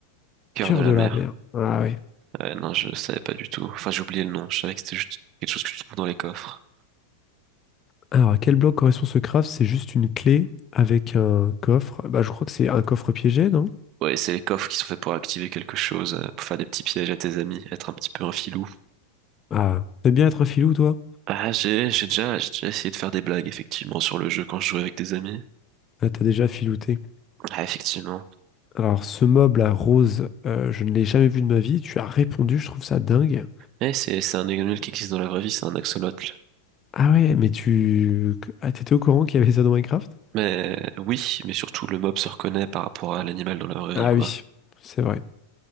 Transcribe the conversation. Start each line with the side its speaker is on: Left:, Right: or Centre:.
Right: Cœur
Left: cœur
Right: de la
Left: de la
Right: mer.
Left: mer. Ah oui.
Right: Ouais, non, je savais pas du tout. Enfin, j'ai oublié le nom, je savais que c'était juste quelque chose que tu trouves dans les coffres.
Left: Alors, à quel bloc correspond ce craft? C'est juste une clé avec un coffre. Bah, je crois que c'est un coffre piégé, non?
Right: Ouais, c'est les coffres qui sont faits pour activer quelque chose, euh, pour faire des petits pièges à tes amis, être un petit peu un filou.
Left: Ah, t'aimes bien être un filou, toi?
Right: Ah, j'ai, j'ai déjà, j'ai déjà essayé de faire des blagues, effectivement, sur le jeu quand je jouais avec des amis.
Left: Ah, t'as déjà filouté.
Right: Ah, effectivement.
Left: Alors, ce meuble à rose, euh, je ne l'ai jamais vu de ma vie. Tu as répondu, je trouve ça dingue.
Right: Eh, c'est, c'est un animal qui existe dans la vraie vie, c'est un axolote,
Left: Ah ouais, mais tu... Ah, t'étais au courant qu'il y avait ça dans Minecraft?
Right: Mais oui, mais surtout le mob se reconnaît par rapport à l'animal dans la vraie vie,
Left: Ah
Right: quoi.
Left: oui, c'est vrai.